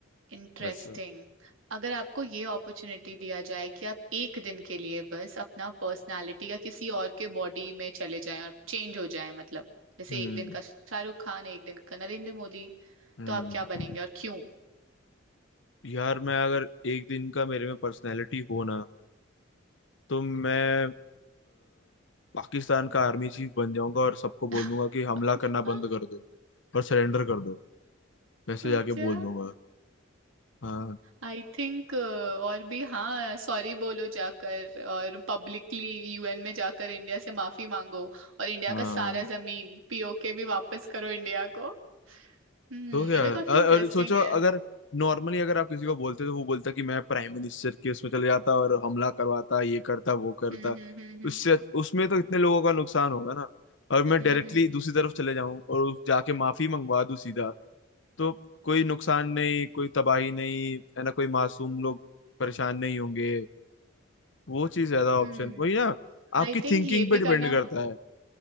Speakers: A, on the right (about 80°); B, on the left (about 65°).
A: इंटरेस्टिंग
B: वैसा
A: अगर आपको ये अपॉर्चुनिटी दिया जाए कि आप एक दिन के लिए बस अपना पर्सनालिटी या किसी और के बॉडी में चले जाएं और चेंज हो जाएं मतलब जैसे
B: हम्म
A: एक दिन का शाहरुख खान एक दिन का नरेंद्र मोदी
B: हम्म
A: तो आप क्या बनेंगे और क्यों
B: यार मैं अगर एक दिन का मेरे में पर्सनैलिटी हो ना तो मैं अ, पाकिस्तान का आर्मी चीफ बन जाऊंगा और सबको बोल
A: <laughs>
B: दूंगा कि हमला करना बंद कर दो और सरेंडर कर दो वैसे
A: अच्छा
B: जाके बोल दूंगा हाँ
A: आई थिंक और भी हाँ सॉरी बोलो जाकर और पब्लिकली यूएन में जाकर इंडिया से माफी मांगो और इंडिया
B: हाँ
A: का सारा जमीन पीओके भी वापस करो इंडिया को हम्म
B: तो क्या
A: ये तो काफी
B: अ-
A: इंटरेस्टिंग
B: और सोचो
A: है
B: अगर नॉर्मली अगर आप किसी को बोलते तो वो बोलता कि मैं प्राइम मिनिस्टर के उसमें चले जाता और हमला करवाता ये करता वो करता
A: हम्म हम्म
B: उससे उसमें तो इतने लोगों का नुकसान होगा ना और मैं
A: हम्म
B: डायरेक्टली
A: हम्म
B: दूसरी तरफ चले जाऊं और उस- जाके माफी मंगवा दूं सीधा तो कोई नुकसान नहीं कोई तबाही नहीं है ना कोई मासूम लोग परेशान नहीं होंगे वो चीज ज्यादा
A: हम्म
B: ऑप्शन वही ना आपकी
A: आई थिंक
B: थिंकिंग
A: ये
B: पे
A: भी
B: डिपेंड
A: करना
B: करता है